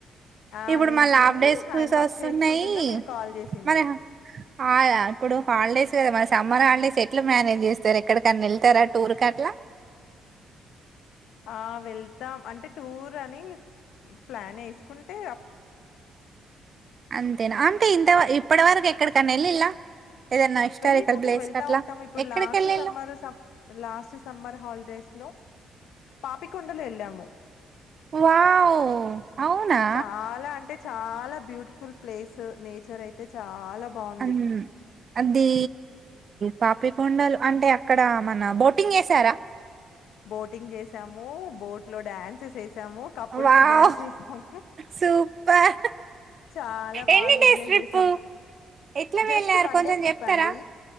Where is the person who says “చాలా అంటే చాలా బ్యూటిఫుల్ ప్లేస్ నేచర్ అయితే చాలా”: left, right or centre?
Left